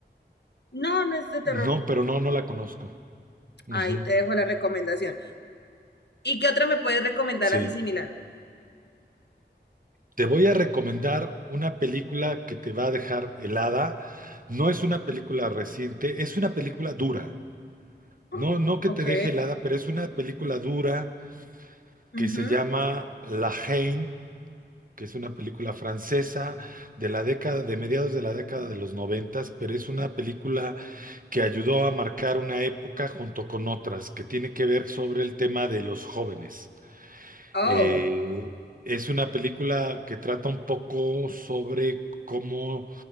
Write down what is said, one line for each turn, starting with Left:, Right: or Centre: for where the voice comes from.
Left: No, no es de terror.
Right: No, pero no, no la conozco. Ujú,
Left: Ahí te dejo la recomendación. ¿Y qué otra me puedes recomendar
Right: Sí.
Left: así similar?
Right: Te voy a recomendar una película que te va a dejar helada. No es una película reciente, es una película dura.
Left: Oh,
Right: No, no que
Left: ok.
Right: te deje helada, pero es una película dura
Left: Ujú.
Right: que se llama La Haine. que es una película francesa de la década, de mediados de la década de los noventas, pero es una película que ayudó a marcar una época junto con otras, que tiene que ver sobre el tema de los jóvenes.
Left: Oh,
Right: Eh, es una película que trata un poco sobre cómo